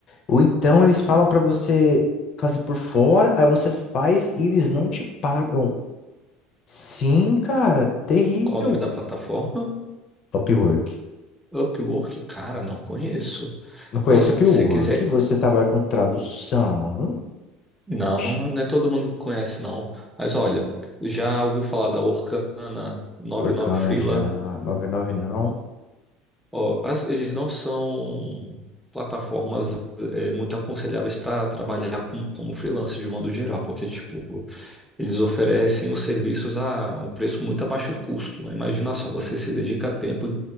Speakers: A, on the left; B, in the centre.
A: Ou então eles falam pra você fazer por fora, aí você faz e eles não te pagam. Sim, cara, terrível.
B: qual o nome da plataforma?
A: Upwork.
B: Upwork? Cara, não conheço.
A: Não conhece
B: Não, se
A: Upwork?
B: você quiser.
A: Você trabalha com tradução.
B: Não,
A: Oxi.
B: não, não é todo mundo que conhece, não. Mas olha, já ouviu falar da Orkana, 99
A: Orkana
B: Freela?
A: já. 99 não.
B: Ó, as- eles não são plataformas é, muito aconselháveis para trabalhar com, como freelance de modo geral, porque, tipo, eles oferecem os serviços a um preço muito abaixo do custo. Imagina só, você se dedica tempo